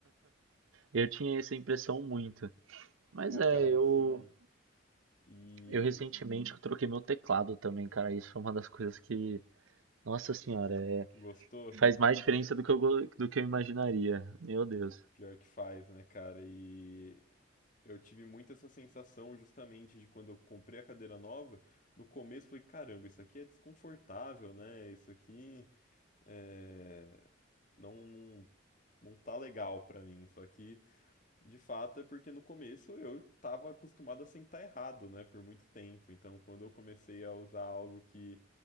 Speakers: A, on the right (about 85°); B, on the left (about 40°).
A: Eu tinha essa impressão muito. Mas
B: Pô,
A: é,
B: cara,
A: eu,
B: assim. E
A: eu recentemente troquei meu teclado também, cara. Isso foi uma das coisas que, nossa senhora, é,
B: gostou?
A: faz mais diferença do que eu, go- do que eu imaginaria. Meu Deus.
B: Pior que faz, né, cara? E eu tive muito essa sensação justamente de quando eu comprei a cadeira nova. No começo eu falei, caramba, isso aqui é desconfortável, né? Isso aqui é. Não, não não tá legal pra mim. Só que, de fato, é porque no começo eu tava acostumado a sentar errado, né, por muito tempo. Então, quando eu comecei a usar algo que